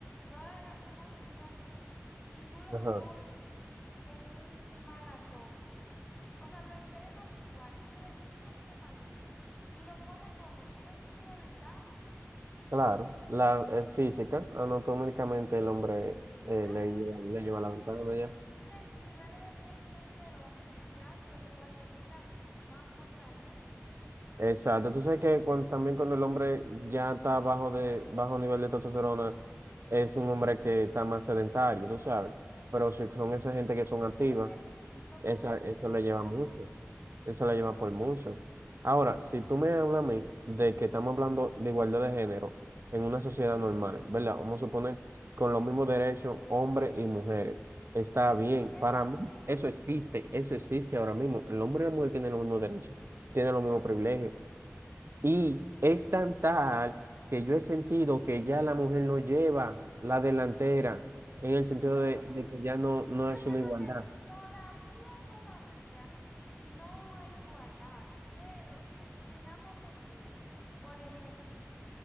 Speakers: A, on the left; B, on the right.
A: tú agarras un hombre y una mujer y tú lo
B: Ajá.
A: pones en un maratón, o sea, lo entrenas igual, tú le das el mismo entrenamiento y lo pones a correr, el hombre lleva ventaja.
B: Claro, la eh, física, anatómicamente el hombre eh,
A: Claro,
B: le,
A: porque
B: lleva
A: el
B: le
A: el
B: lleva
A: hombre
B: la ventana ya.
A: tiene niveles de testosterona muy altos, lo cual le brinda más fortaleza.
B: Exacto, tú sabes que cuan- también cuando el hombre ya está bajo de bajo nivel de testosterona, es un hombre que está más sedentario, tú sabes. Pero si son esa gente que son activas,
A: Pero es que lo
B: Esa,
A: produce
B: eso
A: naturalmente.
B: lo lleva mucho. Eso lo lleva por mucho. Ahora, si tú me hablas a mí de que estamos hablando de igualdad de género en una sociedad normal, ¿verdad? Vamos a suponer con los mismos derechos hombres y mujeres. Está bien.
A: Eso
B: Para mí,
A: sí.
B: eso existe. Eso existe ahora mismo. El hombre y la mujer tienen los mismos derechos, tienen los mismos privilegios. Y es tan tal que yo he sentido que ya la mujer no lleva la delantera en el sentido
A: No,
B: de,
A: no.
B: de que ya no, no
A: Yo
B: es
A: siento
B: una igualdad.
A: que todavía, todavía no hay igualdad, pero en el- en ambos sentidos. Por ejemplo,